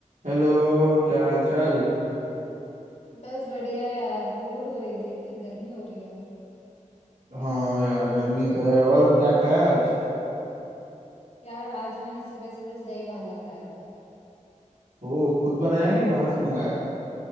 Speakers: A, on the right (about 70°); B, on the left (about 60°).
A: Hello क्या हालचाल
B: बस बढ़िया यार बोर हो रही थी इतनी गर्मी हो रही है
A: हाँ यार गर्मी तो है और क्या खाया आज
B: यार आज मैंने सुबह सुबह दही भाला खाया
A: ओह खुद बनाया कि बाहर से मंगाया